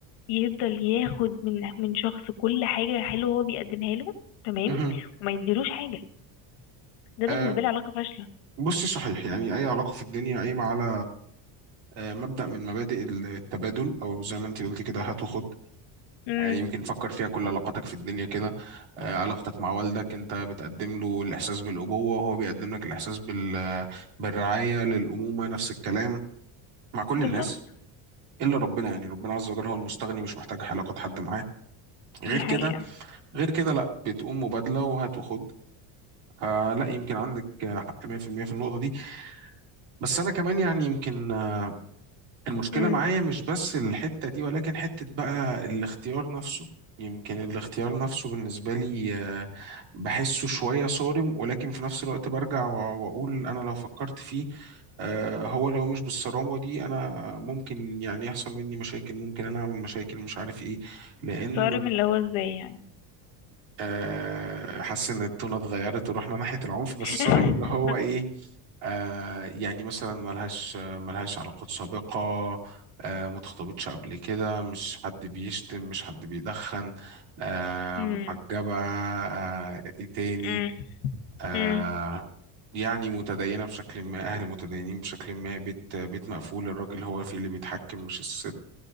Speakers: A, on the left; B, on the right.
A: يفضل ياخد من من شخص كل حاجة حلوة هو بيقدمها له تمام
B: مم.
A: وما يديلوش حاجة ده بالنسبة
B: آه،
A: لي علاقة فاشلة
B: بصي صحيح يعني أي علاقة في الدنيا قايمة على آه، مبدأ من مبادئ التبادل أو زي ما أنت قلتي كده هات وخد
A: امم
B: يعني يمكن فكر فيها كل علاقاتك في الدنيا كده آه، علاقتك مع والدك انت بتقدم له الاحساس بالابوه وهو بيقدم لك الاحساس بال بالرعايه للامومه نفس الكلام مع كل
A: بالظبط
B: الناس الا ربنا يعني ربنا عز وجل هو المستغني مش محتاج علاقه حد معاه غير
A: دي حقيقة
B: كده غير كده لا بتقوم مبادله وهات وخد فلا يمكن عندك حق 100% في المية في النقطه دي بس انا كمان يعني يمكن آه، المشكلة
A: امم
B: معايا مش بس الحتة دي ولكن حتة بقى الاختيار نفسه يمكن الاختيار نفسه بالنسبة لي آه، بحسه شوية صارم ولكن في نفس الوقت برجع وأ- وأقول أنا لو فكرت فيه آه، هو لو مش بالصرامة دي أنا ممكن يعني يحصل مني مشاكل ممكن أنا أعمل مشاكل مش عارف إيه لأن
A: صارم اللي هو ازاي يعني
B: آه، حاسس ان التونة اتغيرت ورحنا ناحية العنف بس
A: <laughs>
B: صارم اللي هو ايه آه يعني مثلا ملهاش آه، ملهاش علاقات سابقة آه ما اتخطبتش قبل كده مش حد بيشتم مش حد بيدخن آه
A: امم
B: محجبة آه ايه تاني
A: امم
B: آه
A: امم
B: يعني متدينة بشكل ما أهل متدينين بشكل ما بيت بيت مقفول الراجل هو فيه اللي بيتحكم مش الست